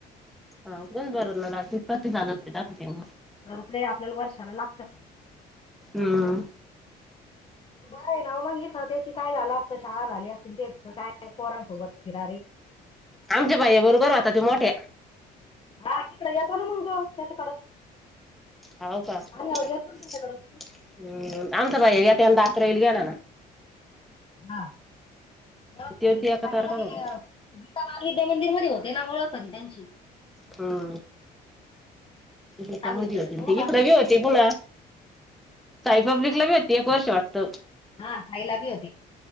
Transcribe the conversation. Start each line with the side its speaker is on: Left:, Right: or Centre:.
Centre: हा पण भरायला लागले पस्तीस हजार रुपये जात होते.
Left: पुढे आपल्याला वर्षाला लागत्या पण
Centre: हं
Left: बर आहे ना उल इथं त्याची काय झालं असतं शाळा झाली असती तेच काय पोरांसोबत फिरा रे
Centre: आमच्या भैय्या बरोबर होता त्यो मोठ्या
Left: हा तिकडं येतो ना मग रोज त्याच्याकडं
Centre: हाव का हम्
Left: आल्यावर येतो ना त्याच्याकडं
Centre: आमचा भैय्या त्याला दात्र येईल गेला ना
Left: हा मग त्यांचे
Centre: त्यो न त्यो
Left: ते‌
Centre: एकासारखाच
Left: साई मधी
Centre: होता.
Left: गीता बाल विद्या मंदिर मध्ये होते ना ओळख होती त्यांची
Centre: हं
Left: सहावी
Centre: गीता मधी
Left: पर्यंत
Centre: होती नं
Left: होता
Centre: ती इकड बी होते बुवा साई
Left: साईला
Centre: पब्लिक ला भी होेती एक वर्ष वाटतं
Left: हा आई ला बी होते.